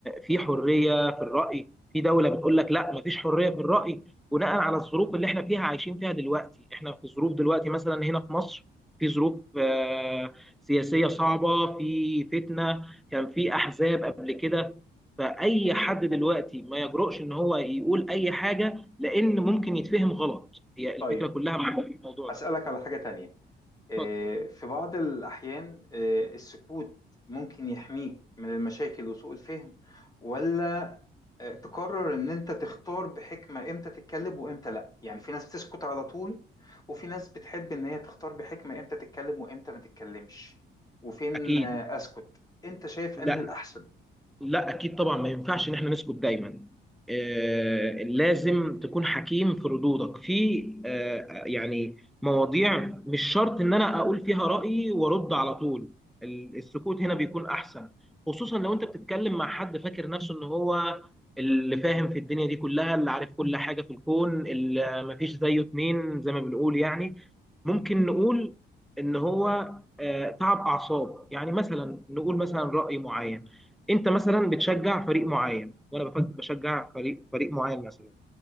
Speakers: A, in the centre; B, on the left.
A: في حرية في الرأي في دولة بتقول لك لا مفيش حرية في الرأي بناء على الظروف اللي احنا فيها عايشين فيها دلوقتي احنا في ظروف دلوقتي مثلا هنا في مصر في ظروف آه، سياسية صعبة في فتنة كان في أحزاب قبل كده فأي حد دلوقتي ما يجرؤش إن هو يقول أي حاجة لأن ممكن يتفهم غلط هي الفكرة
B: طيب
A: كلها مع الموضوع
B: هسألك
A: ده
B: على حاجة تانية آه،
A: اتفضل.
B: في بعض الأحيان آه، السكوت ممكن يحميك من المشاكل وسوء الفهم ولا آه، تقرر إن أنت تختار بحكمة إمتى تتكلم وإمتى لأ يعني في ناس بتسكت على طول وفي ناس بتحب إن هي تختار بحكمة إمتى تتكلم وإمتى ما تتكلمش وفين
A: أكيد
B: آه، أسكت أنت شايف
A: لا
B: أنهي الأحسن
A: لا اكيد طبعا ما ينفعش ان احنا نسكت دايما آه لازم تكون حكيم في ردودك في آه يعني مواضيع مش شرط ان انا اقول فيها رايي وارد على طول ال- السكوت هنا بيكون احسن خصوصا لو انت بتتكلم مع حد فاكر نفسه ان هو اللي فاهم في الدنيا دي كلها اللي عارف كل حاجه في الكون اللي مفيش زيه اتنين زي ما بنقول يعني ممكن نقول ان هو آه تعب اعصاب يعني مثلا نقول مثلا راي معين انت مثلا بتشجع فريق معين وانا بف- بشجع فريق فريق معين مثلا